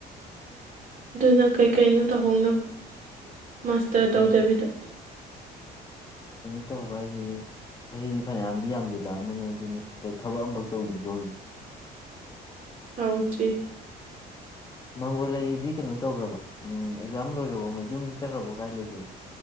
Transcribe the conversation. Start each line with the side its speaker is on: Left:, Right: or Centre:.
Right: ꯑꯗꯨꯅ ꯀꯩꯀꯩꯅꯣ ꯇꯧꯍꯧꯅꯕ ꯃꯥꯁꯇꯔ ꯇꯧꯗꯕꯤꯗ
Left: ꯀꯩꯅꯣ ꯀꯩꯅꯣ ꯇꯧꯕ ꯍꯥꯏꯁꯤꯅ ꯆꯍꯤꯗꯤ ꯐꯅꯌꯥꯝꯗꯤ ꯌꯥꯝꯁꯤꯜꯂꯛꯑꯃꯅꯦ ꯑꯗꯨꯅꯦ ꯀꯩ ꯊꯕꯛ ꯑꯃꯐꯛ ꯇꯧꯗ꯭ꯔꯤꯀꯣ ꯍꯧꯖꯤꯛꯤ
Right: ꯍꯥꯎꯖꯤ
Left: ꯃꯪꯒꯣꯂꯗꯤ ꯀꯩꯅꯣ ꯇꯧꯈ꯭ꯔꯕ ꯎꯝ ꯑꯦꯛꯖꯥꯝ ꯂꯣꯏꯈ꯭ꯔꯕ ꯑꯃ ꯌꯨꯝ ꯆꯠꯈ꯭ꯔꯕꯣ ꯀꯥꯏ ꯂꯩꯈ꯭ꯔꯒꯦ